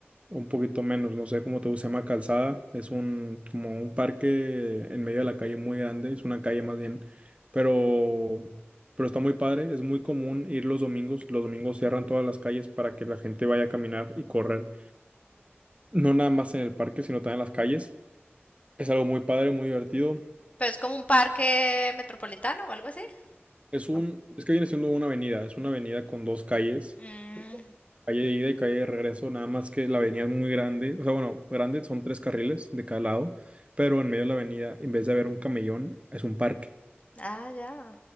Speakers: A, on the right; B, on the left.
A: un poquito menos, no sé cómo te gusta, se llama Calzada, es un, como un parque en medio de la calle muy grande, es una calle más bien, pero, pero está muy padre, es muy común ir los domingos, los domingos cierran todas las calles para que la gente vaya a caminar y correr, no nada más en el parque, sino también en las calles, es algo muy padre, muy divertido,
B: Pero es como un parque metropolitano o algo así.
A: es un,
B: Oh,
A: es que viene siendo una avenida, es una avenida con dos calles,
B: Mm,
A: Calle de ida y calle de regreso, nada más que la avenida es muy grande, o sea, bueno, grande, son tres carriles de cada lado, pero en medio de la avenida, en vez de haber un camellón, es un parque.
B: ah, ya.